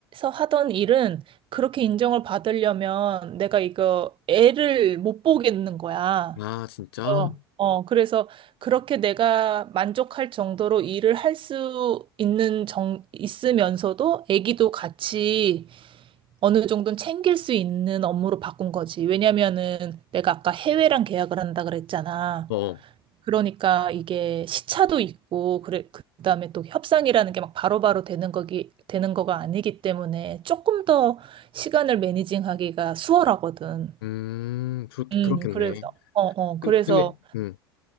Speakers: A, on the right; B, on the left.
A: 하던 일은 그렇게 인정을 받으려면 내가 이거 애를 못 보겠는 거야.
B: 아, 진짜?
A: 그래서, 어, 그래서 그렇게 내가 만족할 정도로 일을 할 수 있는 정, 있으면서도 애기도 같이 어느 정도는 챙길 수 있는 업무로 바꾼 거지. 왜냐면은 내가 아까 해외랑 계약을 한다 그랬잖아.
B: 어,
A: 그러니까 이게 시차도 있고 그래 그다음에 또 협상이라는 게 막 바로바로 되는 거기 되는 거가 아니기 때문에 조금 더 시간을 매니징하기가 수월하거든.
B: 음, 그렇게,
A: 음,
B: 그렇겠네.
A: 그래서 어, 어, 그래서
B: 근- 근데, 음.